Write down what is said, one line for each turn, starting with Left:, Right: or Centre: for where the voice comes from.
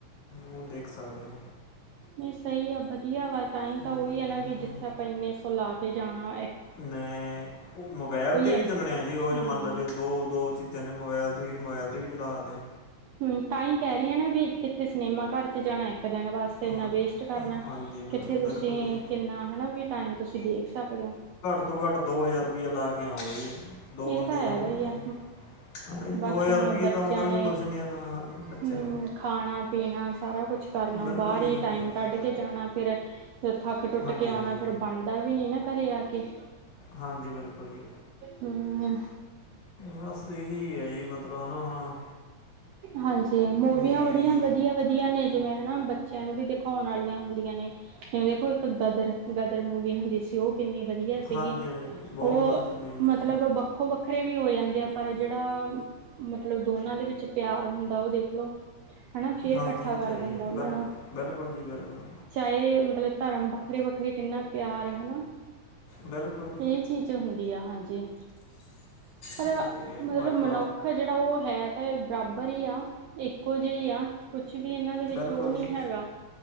Left: ਉਹ ਦੇਖ ਸਕਦੇ ਆ।
Right: ਨਹੀਂ ਸਹੀ ਆ ਵਧੀਆ ਵਾ ਤਾਂਹੀ
Left: ਹਮ,
Right: ਤਾਂ ਉਹੀ ਆ ਨਾ ਵੀ ਜਿੱਥੇ ਆਪਾਂ ਇੰਨੇ ਸੋ ਲਾ ਕੇ ਜਾਣਾ ਵਾ।
Left: ਮੈਂ, ਉਹ ਮੋਬਾਇਲ 'ਤੇ ਵੀ
Right: ਇੱਕ
Left: ਚਲਣੇ ਆ? ਜੀ ਉਹ
Right: ਹਾਂ
Left: ਜਮਾਨਾ ਜੇ ਦੋ, ਦੋ ਚੀਜ਼ਾਂ ਨੇ ਮੋਬਾਇਲ ਤੋਂ ਹੀਂ ਮੋਬਾਇਲ ਤੇ ਵੀ ਚਲਾਦੇ ਹਾਂ।
Right: ਹਮ ਤਾਂ ਹੀ ਕਹਿ ਰਹੀ ਹ ਨਾ ਵੀ ਕਿੱਥੇ ਸਿਨੇਮਾ ਘਰ ਚ ਜਾਣਾ ਇੱਕ ਦਿਨ ਬਸ ਕਿੰਨਾ
Left: ਹਾਂ
Right: ਵੇਸਟ ਕਰਨਾ
Left: ਹਾਂਜੀ ਬਿਲਕੁਲ
Right: ਕਿੱਥੇ ਤੁਸੀਂ
Left: ਬਿਲਕੁਲ ਜੀ
Right: ਕਿੰਨਾ ਹੈ ਨਾ ਵੀ ਟਾਇਮ ਤੁਸੀਂ ਦੇਖ ਸਕਦੇ ਹੋ।
Left: ਘੱਟੋ ਘੱਟ ਦੋ ਹਜ਼ਾਰ ਰੁਪਇਆ ਲਾ ਕੇ ਆਉਂਗੇ ਜੀ। ਦੋ ਬੰਦੇ
Right: ਇਹ ਤਾਂ ਹੈਗਾ
Left: ਜਾਉਂਗੇ
Right: ਹੀ
Left: ਤਾਂ,
Right: ਆ
Left: ਜੀ ਹਾਂ ਨਾ ਜੀ
Right: ਬਾਕੀ
Left: ਦੋ ਹਜ਼ਾਰ
Right: ਹੁਣ
Left: ਰੁਪਈਏ
Right: ਬੱਚਿਆਂ
Left: ਤਾਂ ਆਉਂਦਾ
Right: ਨੇ
Left: ਵੀ ਕੁਛ ਨਹੀਂ ਹੈ ਨਾ, ਹਾਂਜੀ ਜੀ ਬੱਚੇ
Right: ਹਮ
Left: ਨਾ
Right: ਖਾਣਾ ਪੀਣਾ ਸਾਰਾ ਕੁਛ ਕਰਨਾ,
Left: ਬਿਲਕੁਲ
Right: ਬਾਹਰ
Left: ਜੀ
Right: ਹੀ
Left: ਹਾਂਜੀ
Right: ਟਾਈਮ
Left: ਹਾਂਜੀ
Right: ਕੱਢ ਕੇ ਜਾਣਾ। ਫਿਰ ਥੱਕ ਟੁੱਟ
Left: ਹਾਂਜੀ
Right: ਕੇ ਆਉਣਾ,
Left: ਹਾਂਜੀ
Right: ਫੇਰ ਬਣਦਾ ਵੀ ਨੀ ਨਾ ਘਰੇ ਆ ਕੇ
Left: ਹਾਂਜੀ, ਬਿਲਕੁਲ ਜੀ
Right: ਹਮ
Left: ਬਸ ਇਹੀ ਹੈ ਜੀ, ਮਤਲਬ ਹੈ ਨਾ ਹੁਣ।
Right: ਹਾਂਜੀ, ਮੂਵੀਆਂ
Left: ਵੀ
Right: ਬ ਬੜੀਆਂ ਵਧੀਆ ਵਧੀਆ ਨੇ ਜਿਵੇਂ ਹੈ ਨਾ, ਬੱਚਿਆਂ ਨੂੰ ਵੀ ਦਿਖਾਉਣ ਵਾਲੀਆਂ ਹੁੰਦੀਆਂ ਨੇ। ਜਿਵੇਂ ਦੇਖੋ ਇੱਕ ਗਦਰ, ਗਦਰ ਮੂਵੀ ਹੁੰਦੀ ਸੀ ਉਹ ਕਿੰਨੀ ਵਧੀਆ ਸੀਗੀ।
Left: ਹਾਂਜੀ ਹਾਂਜੀ ਬਹੁਤ
Right: ਉਹ
Left: ਵਧੀਆ ਚੱਲੇ ਜੀ ਹਾਂਜੀ
Right: ਮਤਲਬ ਵੱਖੋ ਵੱਖਰੇ ਵੀ ਹੋ ਜਾਂਦੇ ਆ ਪਰ ਜਿਹੜਾ, ਮਤਲਬ ਦੋਨਾਂ ਦੇ ਵਿੱਚ ਪਿਆਰ ਹੁੰਦਾ ਉਹ ਦੇਖਲਓ। ਹਨਾ, ਫੇਰ
Left: ਹਾਂਜੀ
Right: ਇਕੱਠਾ
Left: ਇਹ ਤਾਂ
Right: ਕਰ
Left: ਹੈ
Right: ਦਿੰਦਾ
Left: ਜੀ
Right: ਉਹਨਾਂ
Left: ਬਿਲਕੁਲ
Right: ਨੂੰ
Left: ਬਿਲਕੁਲ ਜੀ ਬਿਲਕੁਲ
Right: ਚਾਹੇ ਮਤਲਬ ਧਰਮ ਵੱਖਰੇ ਵੱਖਰੇ ਕਿੰਨਾ ਪਿਆਰ ਹੈ ਨਾ,
Left: ਬਿਲਕੁਲ ਜੀ
Right: ਇਹ ਚੀਜ਼ ਹੁੰਦੀ ਆ। ਹਾਂਜੀ, ਪਰ
Left: ਤੇ
Right: ਮਤਲਬ
Left: ਉਹ ਇੱਕ
Right: ਮਨੁੱਖ ਜਿਹੜਾ ਉਹ ਹੈ ਤਾਂ ਇਹ ਬਰਾਬਰ ਹੀ ਆ, ਇੱਕੋ ਜਿ ਹੀ ਆ ਕੁਛ ਕੁਛ ਵੀ ਇਹਨਾਂ ਦੇ ਵਿੱਚ
Left: ਬਿਲਕੁਲ
Right: ਉਹ
Left: ਜੀ
Right: ਨਹੀਂ ਹੈਗਾ।